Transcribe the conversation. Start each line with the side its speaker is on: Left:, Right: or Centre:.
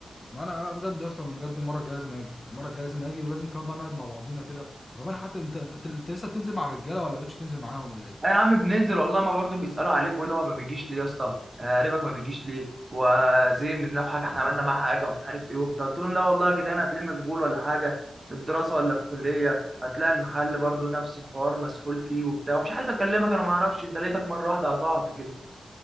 Left: ما انا انا بجد اصلا بجد المره الجايه لازم اجي المره الجايه لازم اجي ولازم كمان بقى نقعد مع بعضينا كده وكمان حتى انت انت انت لسه بتنزل مع الرجاله ولا بقتش تنزل معاهم ولا ايه
Right: آه يا عم بننزل والله ما برضه بيسألوا عليك ويقول هو ما بيجيش ليه يا اسطى آه، قريبك ما بيجيش ليه وزي مننا في حاجه احنا عملنا معاه حاجه ومش عارف ايه وبتاع قلت لهم لا والله يا جدعان هتلاقيه مشغول ولا حاجه الدراسه ولا الكليه هتلاقي المحل برضه نفس الحوار مسحول فيه وبتاع ومش عايز اكلمك انا ما اعرفش انت لقيتك مره واحده قطعت كده